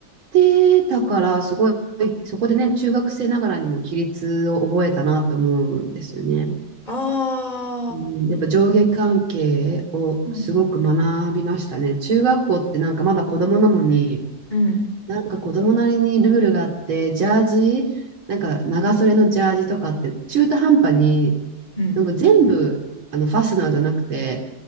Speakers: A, on the right; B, on the left.
A: てたから、すごい、そこでね、中学生ながらにも規律を覚えたなと思うんですよね。
B: ああ、
A: うん、やっぱ上下関係をすごく学びましたね。
B: うん、
A: 中学校ってなんかまだ子供なのに、
B: うん、
A: なんか子供なりにルールがあって、ジャージ、なんか長袖のジャージとかって中途半端に、
B: うん。
A: なんか全部あのファスナーじゃなくて、